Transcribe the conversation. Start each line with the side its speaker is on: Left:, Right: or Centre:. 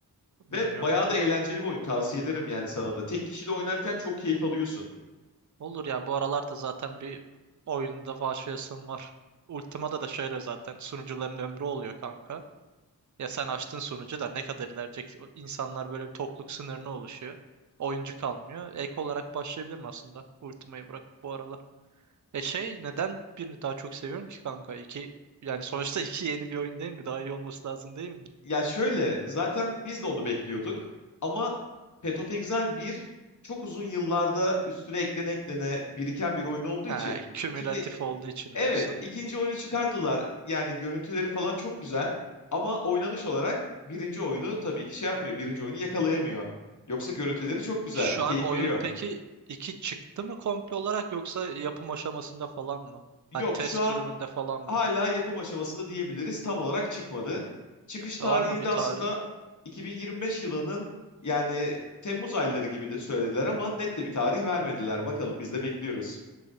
Right: bilmiyorum
Left: Ve bayağı
Right: o kadar.
Left: da eğlenceli bir oyun tavsiye ederim yani sana da. Tek kişi de oynarken çok keyif alıyorsun.
Right: Olur ya bu aralarda zaten bir oyunda başlayasım var. Ultima'da da şöyle zaten sunucuların ömrü oluyor kanka. Ya sen açtın sunucu da ne kadar ilerleyecek? O İnsanlar böyle bir tokluk sınırına oluşuyor oyuncu kalmıyor. Ek olarak başlayabilirim aslında Ultima'yı bırak bu aralar. E şey neden birini daha çok seviyorum ki kanka? İki yani sonuçta <laughs> iki yeni bir oyun değil mi? Daha iyi olması lazım değil mi?
Left: Ya şöyle zaten biz de onu bekliyorduk ama Path of Exile 1 çok uzun yıllarda üstüne eklene eklene biriken bir oyun olduğu için
Right: Ha, kümülatif
Left: şimdi
Right: olduğu için
Left: Evet,
Right: diyorsun.
Left: ikinci oyunu çıkardılar. Yani görüntüleri falan çok güzel. Ama oynanış olarak birinci oyunu tabii ki şey yapmıyor. Birinci oyunu yakalayamıyor. Yoksa görüntüleri çok güzel,
Right: Şu
Left: keyif
Right: an oyun
Left: veriyor.
Right: peki iki çıktı mı komple olarak yoksa yapım aşamasında falan mı?
Left: Yok,
Right: Hani test
Left: şu an
Right: sürümünde falan mı?
Left: hala yapım aşamasında diyebiliriz. Tam olarak çıkmadı. Çıkış tarihini
Right: Var mı bir
Left: de
Right: tarihi?
Left: aslında 2025 yılının yani Temmuz ayları gibi de söylediler ama net de bir tarih vermediler. Bakalım biz de bekliyoruz.